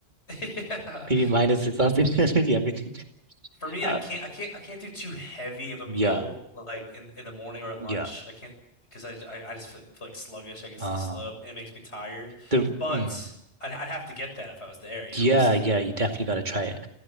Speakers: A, on the left (about 75°); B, on the right (about 45°).
A: <laughs> Yeah.
B: <laughs> maybe minus the sausage, <laughs> maybe everything.
A: for me,
B: Uh,
A: I can't, I can't, I can't do too heavy of a meal
B: yeah.
A: like in in the morning or at lunch.
B: Yeah.
A: I can't because I, I I just feel, feel like sluggish, I guess,
B: Uh,
A: and slub, and it makes me tired.
B: the,
A: But
B: mm,
A: I'd, I'd have to get that if I was there. You
B: yeah,
A: know, it looks so
B: yeah,
A: good.
B: you definitely got to try it.